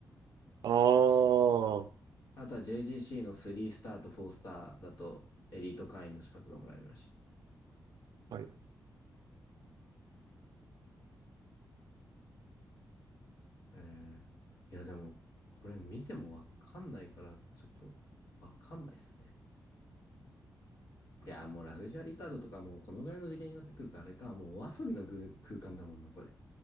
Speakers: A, on the right (about 70°); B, on the left (about 70°).
A: ああー、
B: あとは JGC の3スターと4スターだと、エリート会員の資格がもらえるらしい。
A: はい。
B: えー、いや、でも、これ見てもわかんないから、ちょっと、わかんないっすね。いや、もうラグジュアリーカードとかもうこのぐらいの次元になってくるとあれか、もうお遊びのぐ空間だもんな、これ。